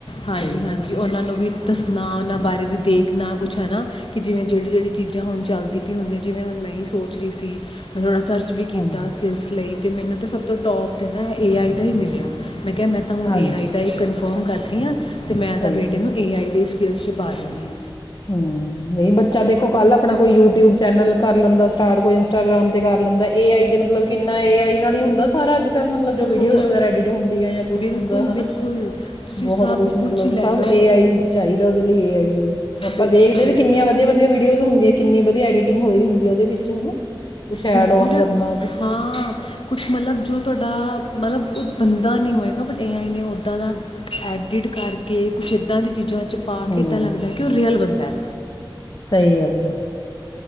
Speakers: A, on the left; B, on the left.
A: ਹਾਂਜੀ
B: ਸਹੀ ਗੱਲ
A: ਹਾਂਜੀ
B: ਹੈ
A: ਉਹਨਾਂ ਨੂੰ ਵੀ ਦੱਸਣਾ ਉਹਨਾਂ ਬਾਰੇ ਵੀ ਦੇਖਣਾ ਕੁਛ ਹੈ ਨਾ ਕਿ ਜਿਵੇਂ ਜਿਹੜੀ ਜਿਹੜੀ ਚੀਜ਼ਾਂ ਹੁਣ ਚੱਲਦੀ ਪਈ ਹੁੰਦੀਆਂ ਜਿਵੇਂ ਹੁਣ ਮੈਂ ਹੀ ਸੋਚ ਰਹੀ ਸੀ ਮੈਂ ਥੋੜ੍ਹਾ ਸਰ <unintelligible> ਕੀਤਾ
B: ਹਾਂਜੀ
A: ਸਕਿੱਲਸ ਲਈ ਅਤੇ ਮੈਨੂੰ ਤਾਂ ਸਭ ਤੋਂ ਟੋਪ ਤੇ ਨਾ ਏ ਆਈ ਦਾ ਹੀ ਮਿਲਿਆ। ਮੈਂ ਕਿਹਾ ਮੈਂ ਤਾਂ ਹੁਣ
B: ਹਾਂਜੀ
A: ਏ ਆਈ ਦਾ ਹੀ ਕਨਫਰਮ ਕਰਦੀਆਂ ਅਤੇ ਮੈਂ
B: ਸਹੀ
A: ਤਾਂ ਬੇਟੇ
B: ਗੱਲ
A: ਨੂੰ ਏ ਆਈ ਦੇ ਸਕਿੱਲਸ 'ਚ ਪਾ ਦਈਏ
B: ਹੂੰ ਨਹੀਂ ਬੱਚਾ ਦੇਖੋ ਕੱਲ ਆਪਣਾ ਕੋਈ ਯੂਟਿਊਬ ਚੈਨਲ ਕਰ ਲੈਂਦਾ ਸਟਾਰਟ ਕੋਈ ਇੰਸਟਾਗ੍ਰਾਮ ਤੇ ਕਰ ਲੈਂਦਾ ਏ ਆਈ ਮਤਲਬ ਕਿੰਨਾ ਏ ਆਈ ਨਾਲ ਹੀ ਹੁੰਦਾ ਸਾਰਾ ਅੱਜ ਕਲ ਮਤਲਬ ਵੀਡੀਓ
A: ਹੋ
B: ਵੈਰਾ ਐਡਿਟ ਹੁੰਦੀ ਆ ਕੁਛ
A: ਬਿਲਕੁਲ
B: ਹੁੰਦਾ
A: ਬਿਲਕੁਲ ਤੁਸੀਂ
B: ਬਹੁਤ
A: ਸਭ
B: ਕੁਛ ਮਤਲਬ
A: ਕੁਝ ਲੈ
B: ਸਭ
A: ਲਓ
B: ਏ ਆਈ ਚਾਹੀਦਾ ਓਦੇ ਏ ਆਈ ਦਾ। ਆਪਾਂ
A: ਬਿਲਕੁਲ
B: ਦੇਖਦੇ
A: ਬਿਲਕੁਲ
B: ਵੀ ਕਿੰਨੀਆਂ ਵਧੀਆ ਵਧਆ ਵੀਡੀਓਜ਼ ਹੁੰਦੀਆਂ। ਕਿੰਨੀ ਵਧੀਆ ਐਡੀਟਿੰਗ ਹੋਈ ਹੁੰਦੀ ਆ ਉਹਦੇ ਵਿੱਚ ਹਨਾ। ਕੁਛ ਐਡ
A: ਬਿਲਕੁੱਲ
B: ਓਨ ਕਰਨਾ ਕੁਛ ਵੀ
A: ਹਾਂ ਕੁਛ ਮਤਲਬ ਜੋ ਤੁਹਾਡਾ ਮਤਲਬ ਕੋਈ ਬੰਦਾ ਨਹੀਂ ਹੋਏਗਾ ਬਟ ਏਆਈ ਨੇ ਉੱਦਾਂ ਦਾ ਐਡਿਟ ਕਰਕੇ ਕੁਛ ਇੱਦਾਂ ਦੀਆਂ ਚੀਜ਼ਾਂ ' ਪਾ
B: ਹਮ
A: ਕੇ ਇੱਦਾਂ ਲੱਗਦਾ ਕਿ ਉਹ ਰੀਅਲ ਬੰਦਾ ਹੈ।
B: ਸਹੀ ਗੱਲ ਹੈ।